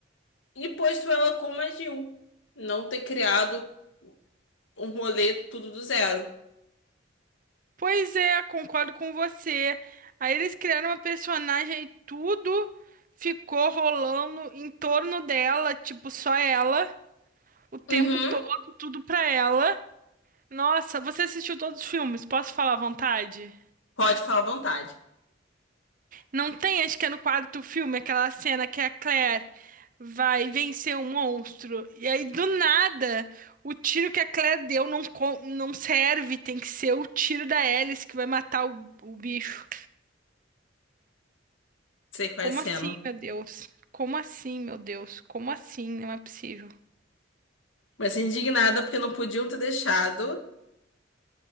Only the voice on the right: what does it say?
Pois é, concordo com você. Aí eles criaram uma personagem e tudo ficou rolando em torno dela, tipo, só ela, o tempo
todo, tudo pra ela. Nossa, você assistiu todos os filmes? Posso falar à vontade?
Não tem, acho que é no quarto filme, aquela cena que a Claire vai vencer um monstro. E aí, do nada, o tiro que a Claire deu não, co- não serve. Tem que ser o tiro da Alice que vai matar o, o bicho.
Como
assim, meu Deus? Como assim, meu Deus? Como assim? Não é possível.